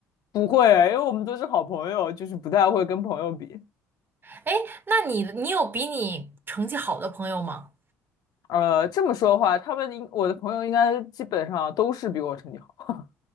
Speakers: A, on the left; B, on the right.
A: 不会，因为我们都是好朋友，就是不太会跟朋友比。
B: 哎，那你你有比你成绩好的朋友吗？
A: 呃，这么说的话，他们应我的朋友应该基本上都是比我成绩好。